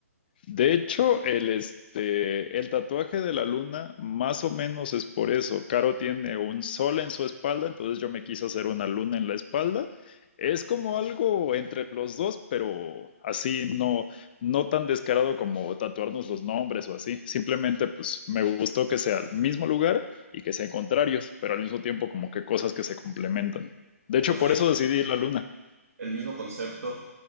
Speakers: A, on the left; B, on the right.
A: De hecho, el, este, el tatuaje de la luna más o menos es por eso. Caro tiene un sol en su espalda, entonces yo me quise hacer una luna en la espalda. Es como algo entre los dos, pero así no, no tan descarado como tatuarnos los nombres o así. Simplemente pues me gustó que sea el mismo lugar y que sean contrarios, pero al mismo tiempo como que cosas que se complementan. De hecho,
B: Pues
A: por
B: sí,
A: eso decidí la luna.
B: el mismo concepto.